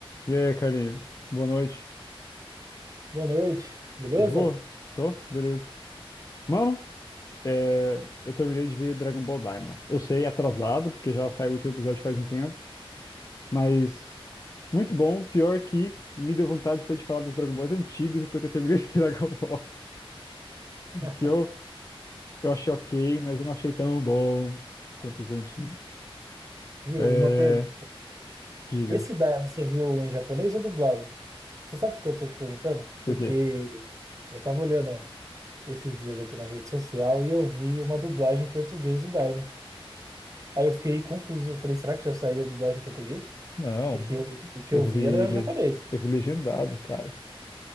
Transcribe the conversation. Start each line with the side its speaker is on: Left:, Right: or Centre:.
Left: E aí, carinho? Boa noite.
Right: Boa noite, beleza?
Left: Tá de boa? Tô? Beleza. Mano, é, eu terminei de ver Dragon Ball Daima. Eu sei, atrasado, porque já saiu o último episódio faz um tempo, mas muito bom. Pior que me deu vontade foi de falar dos Dragon Balls antigos depois que eu terminei esse <laughs> Dragon Ball.
Right: <laughs>
Left: Que eu, eu achei ok, mas eu não achei tão bom quanto os antigos.
Right: Viu,
Left: É,
Right: uma pergunta.
Left: diga,
Right: Esse Daia você viu em japonês ou dublado? Você sabe por que eu tô te perguntando?
Left: por
Right: Porque
Left: quê?
Right: eu tava olhando esses dias aqui na rede social e eu vi uma dublagem em português do Daima. Aí eu fiquei confuso. Eu falei, será que já saiu a dublagem em português?
Left: Não,
Right: Porque eu- o que
Left: eu
Right: eu vi
Left: vi,
Right: era
Left: le-
Right: japonês.
Left: eu vi legendado, cara.